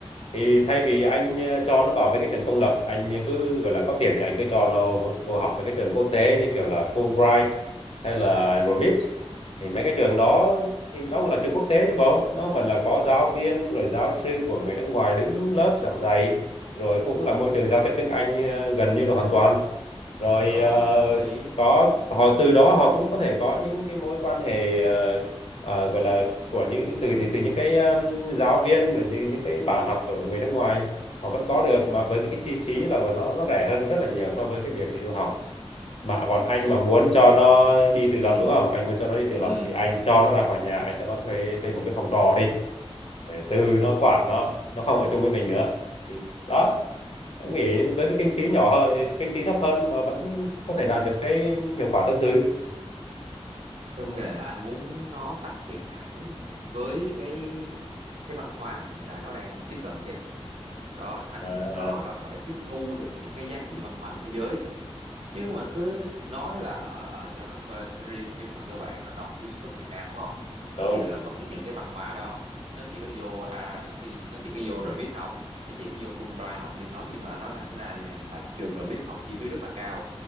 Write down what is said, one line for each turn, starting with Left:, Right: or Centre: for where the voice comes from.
Left: Thì thay vì anh ờ, cho nó vào mấy cái trường công lập, anh cứ gọi là có tiền thì anh cứ cho nó vô học mấy cái trường quốc tế như kiểu là Fulbright hay là ROMIT. Thì mấy cái trường đó thì nó cũng là trường quốc tế chứ bộ, nó vẫn là có giáo viên rồi giáo sư của người nước ngoài đứng lớp giảng dạy rồi cũng là môi trường giao tiếp tiếng Anh ờ, gần như là hoàn toàn rồi
Right: rồi
Left: ờ,
Right: đồng ý
Left: có họ
Right: ừ
Left: từ đó họ cũng có thể có những cái mối quan hệ ờ, ờ, gọi là của những từ từ những cái um, giáo viên rồi những những cái bạn học của người nước ngoài họ vẫn có được mà với cái, cái chi phí là của nó nó rẻ hơn rất là nhiều so với cái việc đi du học mà còn anh
Right: ôi
Left: mà muốn
Right: cái
Left: cho
Right: này
Left: nó đi tự
Right: ừ
Left: lập đúng không anh muốn cho nó đi tự
Right: Ừ,
Left: lập thì anh cho nó ra khỏi nhà anh cho nó thuê thuê một cái phòng trọ đi để từ nó quản nó nó không ở chung với mình nữa thì đó em nghĩ với cái kinh phí nhỏ hơn kinh phí thấp hơn mà vẫn có thể đạt được cái hiệu quả tương tự
Right: cái vấn đề là anh muốn nó tách biệt hẳn với cái cái văn hóa mà hiện tại nó đang tiếp cận kìa. Đó, anh
Left: à,
Right: muốn nó là phải tiếp thu được những cái giá trị văn hóa trên thế giới chứ mà cứ nói là ở ờ, cho nó thuê một cái riêng nhưng mà cơ bản là nó vẫn tiếp xúc với người Việt Nam đúng không
Left: đúng
Right: thì là vẫn những cái văn hóa đó nó chỉ có vô à, cái nó chỉ có vô rồi biết học nó chỉ có vô Fulbright học như em nói nhưng mà anh nói thẳng ra nha, là trường rồi biết học chi phí rất là cao